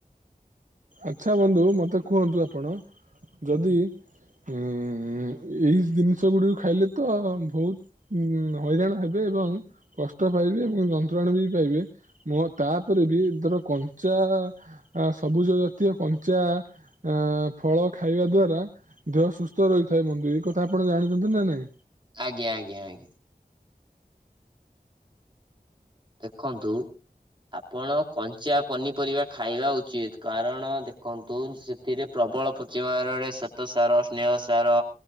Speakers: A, on the right (about 55°); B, on the right (about 30°).
A: ଆଚ୍ଛା ବନ୍ଧୁ ମୋତେ କୁହନ୍ତୁ ଆପଣ ଯଦି। ଉମ ଏଇ ଜିନିଷ ଗୁଡିକୁ ଖାଇଲେ ତ ବହୁତ ହଇରାଣ ହେବେ। ଏବଂ କଷ୍ଟ ପାଇବେ ଏବଂ ଯନ୍ତ୍ରଣା ବି ପାଇବେ ମୋ ତାପରେ ବି ଧର କଞ୍ଚା। ଆ ସବୁଜ। ଜାତୀୟ କଞ୍ଚା ଆ ଫଳ ଖାଇବା ଦ୍ଵାରା ଦେହ ସୁସ୍ଥ ରହିଥାଏ ମନଦେଇ ଏଇ କଥା ଆ ଆପଣ ଜାଣିଛନ୍ତି ନା ନାଇଁ।
B: ଆଜ୍ଞା ଆଜ୍ଞା ଆଜ୍ଞା। ଦେଖନ୍ତୁ। ଆପଣ କଞ୍ଚା ପନିପରିବା ଖାଇବା ଉଚିତ କାରଣ ଦେଖନ୍ତୁ ସେ ପ୍ର ପ୍ରବଳ ପୁଚିମାର ଡେ ଶ୍ଵେତ ସାର ସ୍ନେହ ସାର।